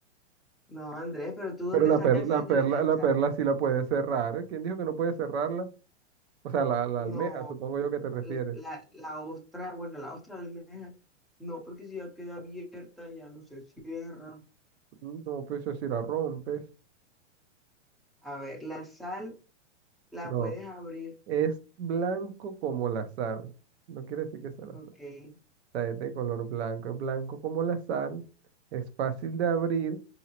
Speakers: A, in the centre; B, on the right.
A: No, Andrés, pero ¿tú
B: Pero
A: dónde
B: la
A: sacas
B: perla,
A: esa
B: la
A: adivinanza?
B: perla, la perla sí la puede cerrar. ¿Quién dijo que no puede cerrarla? O sea, la, la
A: No,
B: almeja, supongo yo que te refieres.
A: la, la, la ostra, bueno, la ostra de almeja, no, porque si ya queda abierta, ya no se cierra.
B: No, pues eso si la rompes.
A: A ver, la sal la
B: No.
A: puedes abrir,
B: Es blanco como la sal. No quiere decir que sea la
A: ok.
B: sal. O sea, es de color blanco. Es blanco como la sal. Es fácil de abrir,